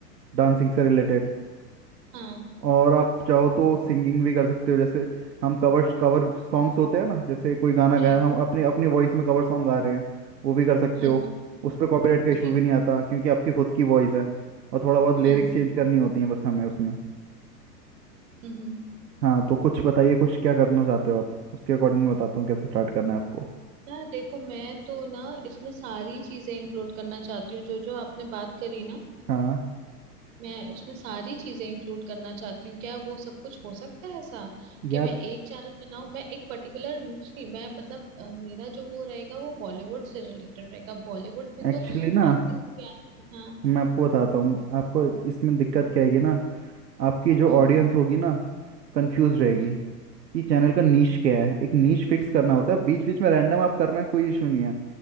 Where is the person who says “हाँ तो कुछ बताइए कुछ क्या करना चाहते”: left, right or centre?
Right